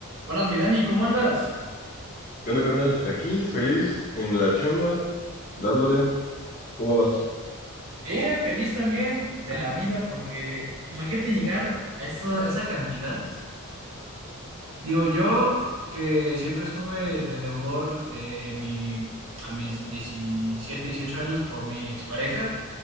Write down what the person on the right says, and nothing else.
Buenas, mi Dani, ¿cómo andas?
Bien, feliz también de la vida, porque imagínate llegar a esa, esa cantidad. Digo, yo que siempre estuve de deudor de mi, a mis 17, 18 años por mi expareja,